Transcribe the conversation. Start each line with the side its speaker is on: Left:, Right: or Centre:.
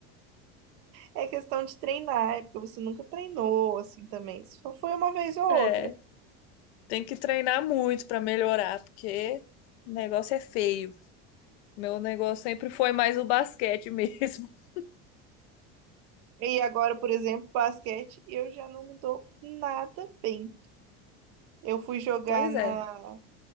Right: É questão de treinar, é porque você nunca treinou assim também. Só foi uma vez ou outra.
Left: É. Tem que treinar muito para melhorar, porque o negócio é feio. Meu negócio sempre foi mais o basquete mesmo. <laughs>
Right: E agora, por exemplo, basquete, eu já não me dou nada bem. Eu fui jogar
Left: Pois
Right: na,
Left: é.